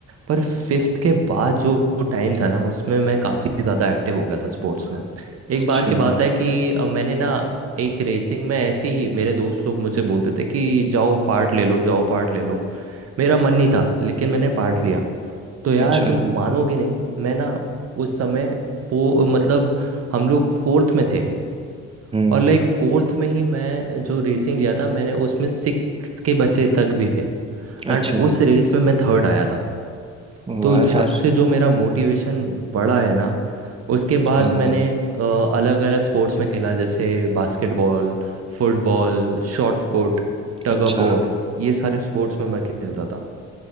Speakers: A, on the right; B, on the right.
A: पर फिफ्थ के बाद जो टाइम था ना उसमें मैं काफ़ी ज़्यादा एक्टिव हो गया था स्पोर्ट्स में
B: अच्छा
A: एक बार की
B: हम्म,
A: बात है कि अ, मैंने ना एक रेसिंग में ऐसे ही मेरे दोस्त लोग मुझे बोलते थे कि जाओ पार्ट ले लो जाओ पार्ट ले लो मेरा मन नहीं था लेकिन मैंने पार्ट लिया तो यार
B: अच्छा
A: तुम मानोगे नहीं मैं ना उस समय फो मतलब हम लोग फोर्थ में थे
B: हम्म
A: और लाइक फोर्थ में ही मैं जो रेसिंग लिया था मैंने उसमें सिक्स के बच्चे तक भी थे एंड
B: अच्छा
A: उस रेस में मैं थर्ड आया था
B: वाह
A: तो जब
B: यार
A: से जो मेरा मोटिवेशन बढ़ा है ना उसके बाद
B: हाँ
A: मैंने
B: हाँ,
A: अलग अलग स्पोर्ट्स में खेला जैसे basketball football shot put tug
B: अच्छा
A: of war ये सारे स्पोर्ट्स में मैं खेलता था